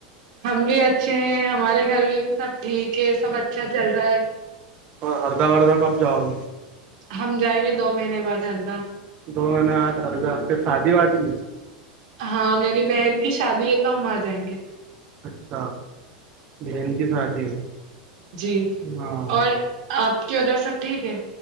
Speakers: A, on the right; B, on the right.
A: ہم بھی اچھے ہیں ہمارے گھر میں بھی سب ٹھیک ہے سب اچھا چل رہا ہے
B: ہردہ ردہ کب جاؤ گ
A: ہم جائیں گے دو مہینے بعد ہردا
B: دون آ ہر جاتے سادھی وادی
A: ہاں میری بہن کی شادی ہے تو ہم آ جائیں گے
B: اچھا بہن کی شادی ہے
A: جی
B: ہاں
A: اور آپ کے ادھر سب ٹھیک ہے